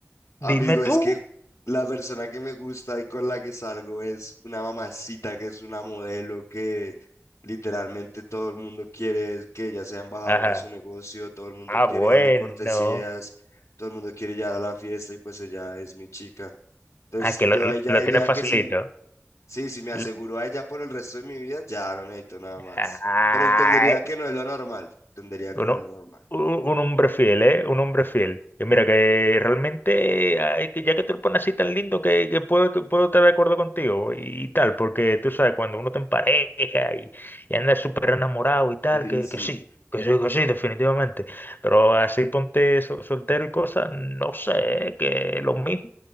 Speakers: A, on the left; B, on the left.
A: amigo,
B: Dime tú.
A: es que la persona que me gusta y con la que salgo es una mamacita que es una modelo que literalmente todo el mundo quiere que ella sea embajadora
B: Ajá.
A: de su negocio, todo el mundo
B: Ah,
A: quiere
B: bueno.
A: darle cortesías, todo el mundo quiere llegar a la fiesta y pues ella es mi chica. Entonces
B: Ah, que lo,
A: yo
B: lo,
A: a ella
B: lo
A: diría
B: tienes facilito.
A: que sí, sí, si me aseguro
B: Lo-
A: a ella por el resto de mi vida, ya no necesito nada
B: Ay,
A: más. Pero entendería que no es lo normal, entendería
B: Uno-
A: que no es lo normal.
B: un, un hombre fiel, ¿eh? Un hombre fiel. Que mira, que realmente, ay, que ya que te lo pones así tan lindo, que, que puedo, que puedo estar de acuerdo contigo y, y tal, porque tú sabes, cuando uno te empareja y, y anda súper enamorado y tal,
A: <laughs> Sí,
B: que,
A: sí.
B: que sí, que sí, que sí, definitivamente. Pero así ponte so- soltero y cosas, no sé, ¿eh? que lo mismo,